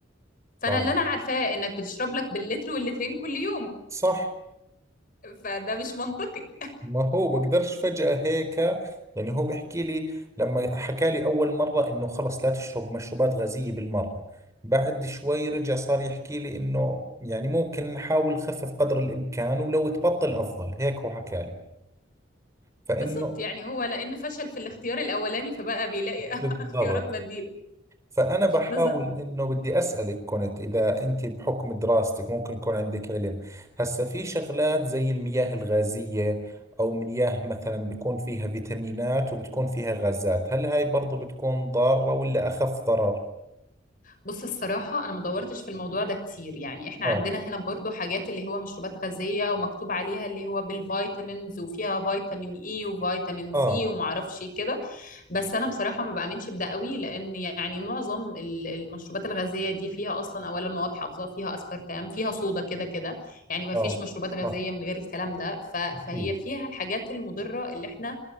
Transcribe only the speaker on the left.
فانا
اللي انا عارفاه انك بتشرب لك باللتر واللترين كل يوم
فده مش منطقي
بالظبط يعني هو لانه فشل في الاختيار الاولاني فبقى بيلاقي
<laughs> اختيارات بديله
بالظبط
بص الصراحه انا ما دورتش في الموضوع ده كتير يعني احنا
عندنا هنا برضو حاجات اللي هو مشروبات غازيه ومكتوب عليها اللي هو بالفيتامينز وفيها فيتامين اي وفيتامين
سي ومعرفش كده بس انا بصراحه ما بامنش بده قوي لان يعني معظم ال- المشروبات الغازيه دي فيها اصلا اولا مواد حافظه فيها اسبرتام فيها صودا كده كده يعني ما
فيش مشروبات غازيه
من غير الكلام ده ف-
فهي فيها الحاجات المضره اللي احنا